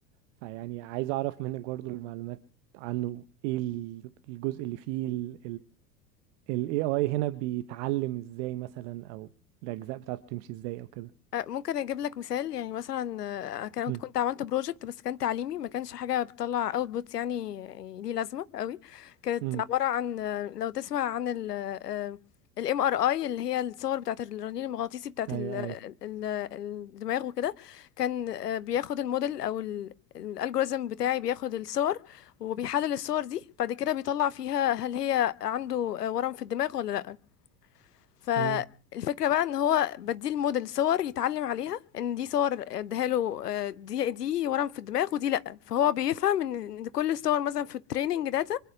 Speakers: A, on the right; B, on the left.
A: فيعني عايز اعرف منك برضو المعلومات عنه ايه ال- الجزء اللي فيه ال ال AI هنا بيتعلم ازاي مثلا او الاجزاء بتاعته بتمشي ازاي او كده
B: آه، ممكن اجيب لك مثال يعني مثلا آه، كنت
A: امم
B: كنت عملت بروجكت بس كان تعليمي ما كانش حاجه بتطلع اوتبوت يعني يعني ليه لازمه قوي كانت
A: امم
B: عباره عن آه، لو تسمع عن ال الام ار اي اللي هي الصور بتاعه الرنين المغناطيسي بتاعه
A: ايوه
B: ال- ال- الدماغ وكده كان آه، بياخد الموديل او الالجوريزم بتاعي بياخد الصور وبيحلل الصور دي بعد كده بيطلع فيها هل هي عنده آه، ورم في الدماغ ولا لا فالفكرة
A: ايوه
B: بقى ان هو بديه الموديل صور يتعلم عليها ان دي صور اديها له آه، دي دي ورم في الدماغ ودي لا فهو بيفهم ان إن كل الصور مثلا في التريننج داتا